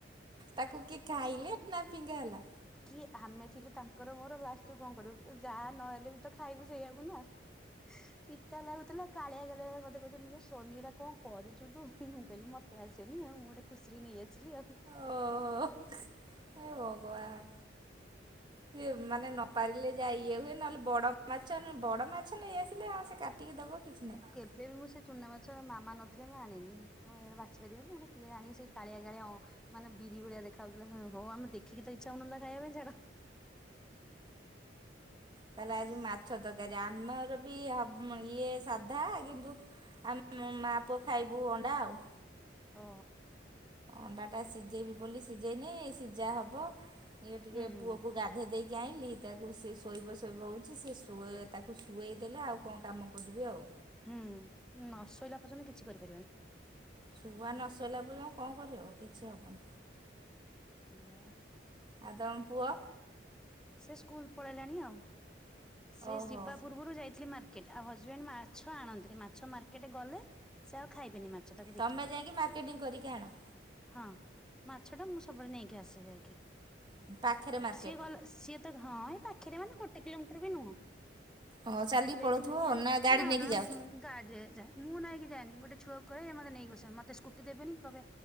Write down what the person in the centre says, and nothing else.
କିଏ ଆମେ ଥିଲୁ ତାଙ୍କର ମୋର ଲାଷ୍ଟୁକୁ କଣ କରିବୁ ଯାହା ନହେଲେ ବି ତ ଖାଇବୁ ସେଇଆକୁ ନା। ପିତା ଲାଗୁଥିଲା। କାଳିଆ କାଳିଆ ମତେ କହୁଛନ୍ତି ସୋନି ଏରା କଣ କରିଛୁ ତୁ ମୁଁ କହିଲି ମତେ ଆସେନି ଆଉ ମୁଁ ଖୁସିରେ ନେଇ ଆସିଲି ଆଉ।
ଏବେ ବି ମୁଁ ସେ ଚୁନା ମାଛ ମାମା ନଥିଲେ ମୁଁ ଆଣିନି ମୁଁ ବାଛିପାରିବିନି କିଏ ଆଣ ସେ। କାଳିଆ କାଳିଆ ମାନେ ବିରି ଭଳିଆ ଦେଖାାଉଥିଲା ହଉ ଆମେ ଦେଖିକି ତ ଇଚ୍ଛା ହଉନଥିଲା ଖାଇବା ପାଇଁଛାଡ।
ଓ
ହୁଁ ହୁଁ
ହୁଁ ନ ଶୋଇଲା ପର୍ଯ୍ୟନ୍ତ କିଛି କରିପାରିବନି।
ଆ
ସେ ସ୍କୁଲ ପଳେଇଲାଣି ଆଉ ସେ
ଯିବା ପୂର୍ବରୁ ଯାଇଥିଲି ମା ଆଉ ହଜବେଣ୍ଡ ମାଛ ଆଣନ୍ତିନି ମାଛ ମାର୍କେଟ ଗଲେ ସେ ଆଉ ଖାଇବେନି ମାଛ। ତାକୁ
ଦେଖିକି
ହଁ ମାଛ ଟା ମୁଁ ସବୁବେଳେ ନେଇକି ଆସେ
ସିଏ ଗଲେ ସିଏ ତ ହଁ ଏଇ ପାଖରେ ମାନେ ଗୋଟେ କିଲୋମିଟର ବି ନୁହଁ।
ଦେକି
ନେଇ ଆ
ନା
ନା
ଗାଡ଼ି ଯାଏ ମୁଁ ନେଇକି ଯାଏନି ଗୋଟେ ଛୁଆ କୁ କହେ ମତେ ନେଇକି ବସ ମତେ ସ୍କୁଟି ଦେବେନି କହେ